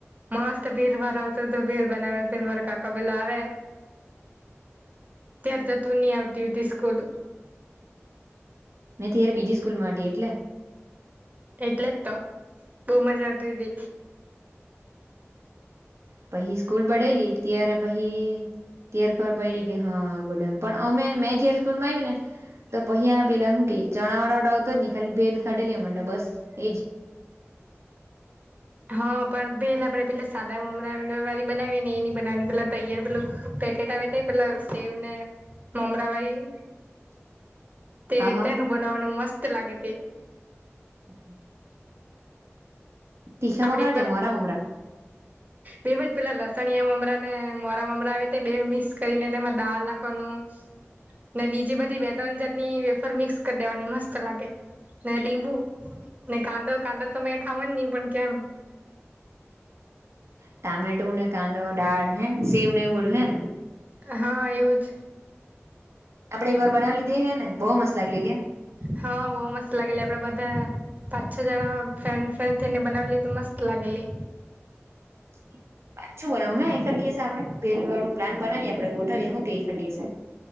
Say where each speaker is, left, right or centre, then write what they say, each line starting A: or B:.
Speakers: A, on the right (about 35°); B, on the right (about 70°).
A: મસ્ત ભેળ વાળો આવતો તો ભેળ બનાવે ભેળ વાળા કાકા એલાવે
B: <unintelligible>
A: ત્યારે તો તું નહી આવતી હો હતી સ્કૂલ
B: મે તયાર બીજી સ્કૂલ માં એટલે
A: એટલે જ તો બહુ મજા આવતી હતી
B: પહી સ્કૂલ બડેલી ત્યારે પછી ત્યારે ખબર પડીડી કે હા આવું બધું એમ પણ અમે મેં જય સ્કૂલ માં આવી ને તો પહ્યા પેલા હું કે ચણા વાડા વાળ આવતો જ ન ખાલી ભેલ ખાઢેલી અમે તો બસ એજ
A: હા પણ ભેળ આપડે પેલા સાદા મમરા વાડી બનાવીએ ને એ નહીં બનાવાની પેલા તૈયાર પેલું પેકેટ આવે તે પેલા સેવ ને મમરા વાળી
B: <inaudible>
A: તે
B: હા હા
A: તેનું બનાવવાનું મસ્ત લાગે તે
B: <inaudible> તીખા
A: આપડે
B: મમરા કે મોરા મમરા
A: બેવજ પેલા લસણિયા મમરા ને મોરા મમરા આવે તે બેઉ મિક્સ કરીને તેમાં દાળ રાખવાનું ને બીજી બધી બે ત્રણ જાાટણી વેફર મિક્સ કરી દેવાની મસ્ત લાગે ને લીંબુ ને કાંદો કાંદો તો મે ખાવા નહી પણ કેમ
B: ટામેટું ને કાંદો દાળ હે સેવ ને એવું બધું હે ને
A: હા એવું જ
B: આપડે એક વાર બનાવી લીધી તે હે ને બહુ મસ્ત લાગે લી કે
A: હા બહુ મસ્ત લાગેલી આપડે બધા પાંચ છ જણા ફ્રેન્ડ ફ્રેન્ડ થઈને બનાવેલી તો મસ્ત લાગેલી
B: <inaudible> પાછું બનાવું હે એકાદ દિવસ આપડે ભેલ વાળું પ્લાન બનાવીએ આપે ગોઠવીએ હું કઈ એકખદ દિવસે